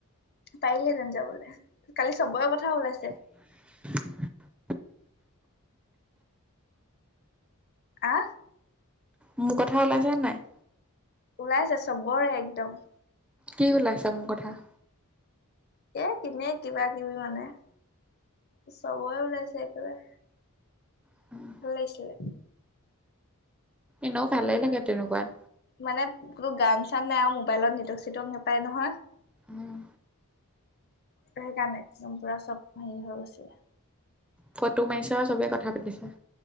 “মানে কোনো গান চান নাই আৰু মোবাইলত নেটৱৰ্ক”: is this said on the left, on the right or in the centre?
Left